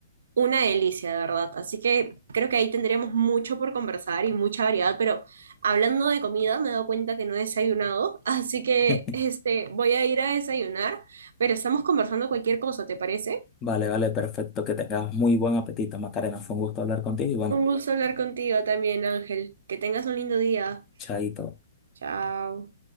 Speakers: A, on the right; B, on the left.
A: una delicia, de verdad. Así que creo que ahí tendremos mucho por conversar y mucha variedad, pero hablando de comida me he dado cuenta que no he desayunado, <laughs> así que
B: <laughs>
A: este, voy a ir a desayunar, pero estamos conversando cualquier cosa, ¿te parece?
B: Vale, vale, perfecto. Que tengas muy buen apetito, Macarena. Fue un gusto hablar contigo y bueno,
A: Un gusto hablar contigo también, Ángel. Que tengas un lindo día.
B: chaito.
A: Chao.